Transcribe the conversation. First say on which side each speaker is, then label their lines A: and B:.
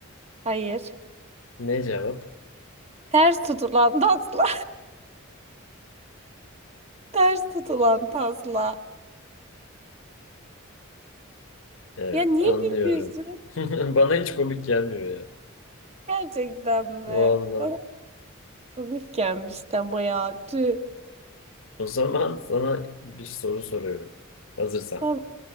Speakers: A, on the right (about 30°); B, on the left (about 70°).
A: Hayır.
B: Ne cevap?
A: Ters tutulan tasla. <laughs> Ters tutulan tasla.
B: Evet,
A: Ya niye
B: anlıyorum.
A: gülüyorsun?
B: <laughs> Bana hiç komik gelmiyor ya.
A: Gerçekten mi?
B: Vallahi.
A: Bana komik gelmişti ama ya. Tüh.
B: O zaman sana bir soru soruyorum. Hazırsan.
A: Tabii